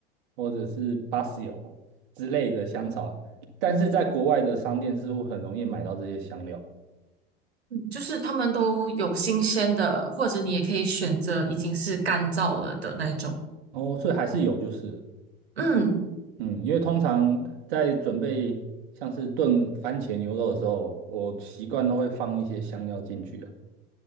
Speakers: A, on the right; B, on the right.
A: 或者是巴西油之类的香草，但是在国外的商店似乎很容易买到这些香料。
B: 就是他们都有新鲜的，或者你也可以选择已经是干燥了的那一种。
A: 哦，所以还是有就是了
B: 嗯，
A: 嗯，因为通常在准备像是炖番茄牛肉的时候，我习惯都会放一些香料进去啊，